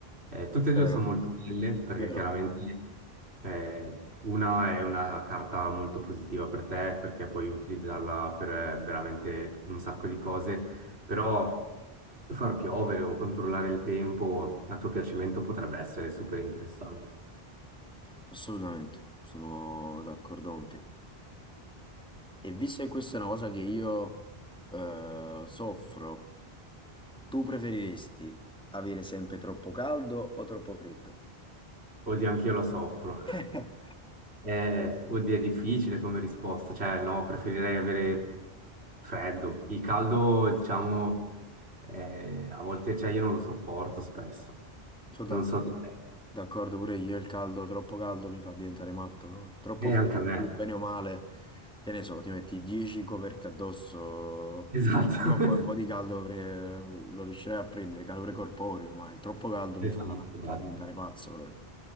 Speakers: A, on the right; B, in the centre.
A: Eh, tutte e due
B: Vero,
A: sono molto belle perché
B: vero,
A: chiaramente eh, una è una carta molto positiva per te perché puoi utilizzarla per eh, veramente un sacco di cose, però far piovere o controllare il tempo a tuo piacimento potrebbe essere super interessante.
B: assolutamente, sono d'accordo con te. E visto che questa è una cosa che io eh, soffro, tu preferiresti avere sempre troppo caldo o troppo freddo?
A: Oddio, anch'io la soffro.
B: <laughs>
A: Eh, oddio, è difficile come risposta, cioè no, preferirei avere freddo. Il caldo, diciamo, eh, a volte, cioè io non lo sopporto spesso.
B: Sono
A: Non
B: d'accordo.
A: so te.
B: D'accordo pure io, il caldo, troppo caldo mi fa diventare matto proprio. Troppo
A: E
B: freddo,
A: anche a me.
B: tu, bene o male, che ne so, ti metti 10 coperte addosso,
A: Esatto.
B: prima
A: <laughs>
B: o poi un po' di caldo pre- lo riuscirai a prendere, calore corporeo, ma il troppo caldo mi
A: Esatto,
B: fa, mi
A: esatto.
B: fa diventare pazzo proprio.